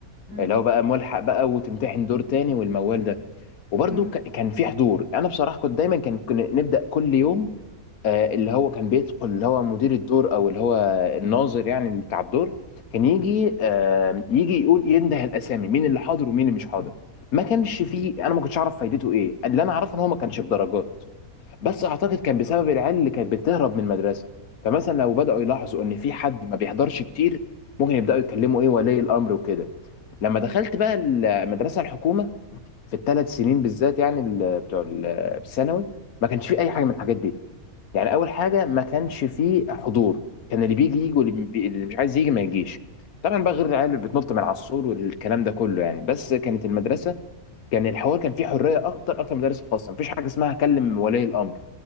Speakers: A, on the right; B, on the left.
A: مم.
B: اللي هو بقى ملحق بقى وتمتحن دور تاني والموال ده وبرده
A: مم.
B: كان في حضور انا بصراحه كنت دايما كان كنا نبدا كل يوم آه، اللي هو كان بيدخل اللي هو مدير الدور او اللي هو الناظر يعني اللي بتاع الدور كان يجي آه، يجي يقول ينده الاسامي مين اللي حاضر ومين اللي مش حاضر ما كانش فيه انا ما كنتش اعرف فايدته ايه اللي انا اعرفه ان هو ما كانش بدرجات بس اعتقد كان بسبب العيال اللي كانت بتهرب من المدرسه فمثلا لو بداوا يلاحظوا ان في حد ما بيحضرش كتير ممكن يبداوا يتكلموا ايه ولي الامر وكده لما
A: مم.
B: دخلت بقى المدرسه الحكومه في الثلاث سنين بالذات يعني ال- بتوع ال- الثانوي ما كانش في اي حاجه من الحاجات دي يعني اول حاجه ما كانش فيه حضور كان اللي بيجي يجي واللي بي- اللي مش عايز يجي ما يجيش طبعا بقى غير العيال اللي بتنط من على السور والكلام ده كله يعني بس كانت المدرسه كان الحوار كان فيه حريه اكتر اكتر من المدارس الخاصه مفيش حاجه اسمها كلم ولي الامر